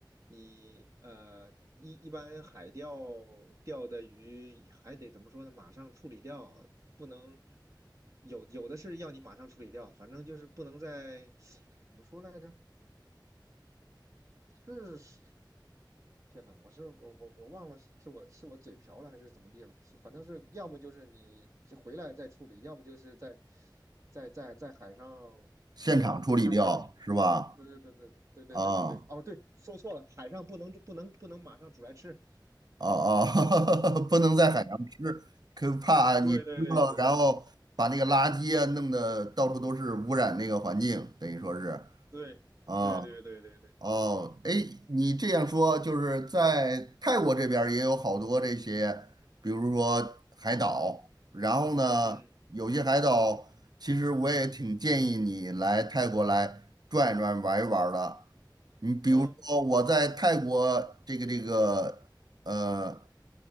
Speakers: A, on the right; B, on the right.
A: 你呃一一般海钓钓的鱼还得怎么说呢？马上处理掉，不能有有的是要你马上处理掉，反正就是不能在怎么说来着？是是天呐，我是我我我忘了是我是我嘴瓢了还是怎么地了，是反正是要么就是你回来再处理，要么就是在在在在海上
B: 现场处理掉是吧？
A: 冰就是烧，对对对对对对对对对对，
B: 啊
A: 哦对，说错了，海上不能不能不能马上煮来吃，
B: 啊啊，<laughs> 不能在海洋吃，可怕你吃了然后把那个垃圾啊弄得到处都是，
A: 对对对
B: 污染那个环境，等于说是
A: 对对对对对对对，
B: 啊。哦，哎，你这样说，就是在泰国这边儿也有好多这些，比如说海岛，然后呢，
A: 嗯
B: 有些海岛其实我也挺建议你来泰国来转一转、玩一玩儿的。你比如说我在泰国这个这个呃
A: 嗯